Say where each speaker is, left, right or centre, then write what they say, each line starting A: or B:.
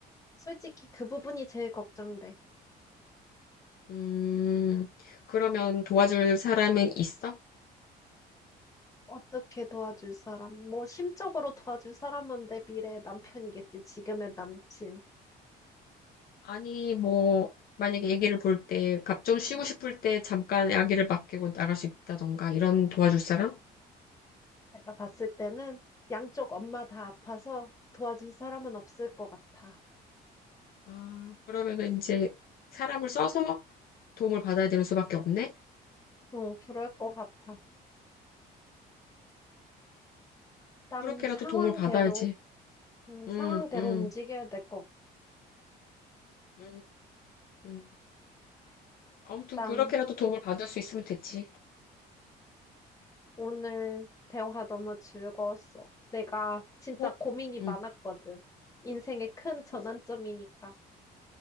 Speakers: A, on the left; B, on the left.
A: 솔직히 그 부분이 제일 걱정돼.
B: 음, 그러면 도와줄 사람은 있어?
A: 어떻게 도와줄 사람? 뭐 심적으로 도와줄 사람은 내 미래의 남편이겠지. 지금의 남친.
B: 아니, 뭐, 만약에 아기를 볼 때, 갑 좀 쉬고 싶을 때 잠깐 아기를 맡기고 나갈 수 있다던가, 이런 도와줄 사람?
A: 내가 봤을 때는 양쪽 엄마 다 아파서 도와줄 사람은 없을 것 같아.
B: 아, 그러면은 이제 사람을 써서 도움을 받아야 되는 수밖에 없네?
A: 응, 그럴 것 같아. 일단
B: 그렇게라도
A: 상황대로,
B: 도움을 받아야지.
A: 음,
B: 응,
A: 상황대로
B: 응,
A: 움직여야 될 것
B: 응, 응. 아무튼
A: 같다.
B: 그렇게라도 도움을 받을 수 있으면 됐지.
A: 오늘 대화 너무 즐거웠어. 내가 진짜
B: 어?
A: 고민이
B: 응.
A: 많았거든. 인생의 큰 전환점이니까.
B: 도,